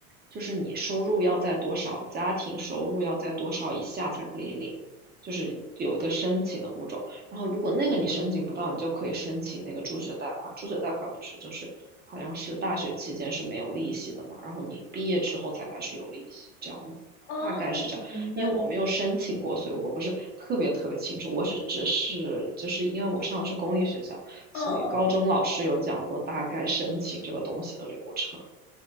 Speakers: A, on the right; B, on the left.
A: 就是你收入要在多少，家庭收入要在多少以下才可以领，就是有一个申请的步骤。然后如果那个你申请不到，你就可以申请那个助学贷款。助学贷款不是就是好像是大学期间是没有利息的嘛，然后你毕业之后才开始有利息，这样子，
B: 哦，
A: 大概是这样。
B: 我明白我。
A: 因为我没有申请过，所以我不是特别特别清楚。我是只是就是因为我上的是公立学校，
B: 嗯嗯嗯。
A: 所以高中老师有讲过大概申请这个东西的流程。
B: 哦